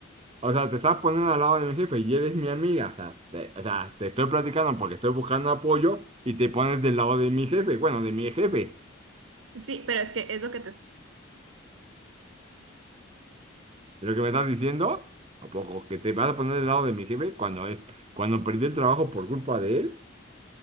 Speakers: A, on the right; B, on the right.
A: O sea, te estás poniendo al lado de mi jefe y eres mi amiga. O sea, te, o sea, te estoy platicando porque estoy buscando apoyo y te pones del lado de mi jefe, bueno, de mi jefe.
B: Sí, pero es que es lo que te
A: ¿Es lo que me estás diciendo? ¿A poco? ¿Que te vas a poner del lado de mi jefe cuando, eh, cuando perdí el trabajo por culpa de él?